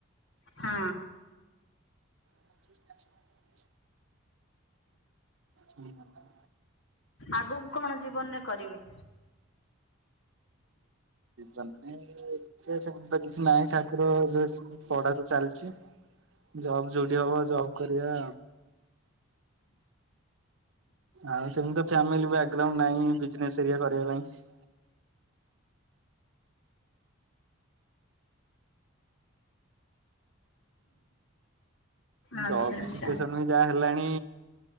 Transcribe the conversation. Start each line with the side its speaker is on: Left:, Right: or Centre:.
Left: ହଁ।
Right: <unintelligible> ମିଳିଗଲା
Left: ଆଗକୁ କଣ ଜୀବନରେ କରିବେ?
Right: ସେମିତି ତ କିଛି ନାଁ ଠାକୁରଙ୍କ ପଢ଼ାକୁ ଚାଲିଛି, ଜବ୍ ଯୋଉଠି ହବ ଜବ୍ କରିବା। ଆଉ ସେମିତି ଫାମିଲି ବ୍ୟାଗରାଉଣ୍ଡ ନାହିଁ ଵୀଜନେଶ ଏଇଆ କରିବା ପାଇଁ।
Left: ଆଚ୍ଛା
Right: ଜବ
Left: ଆଚ୍ଛା
Right: ସିଚୁଏସନ ବି ଯାହା ହେଲାଣି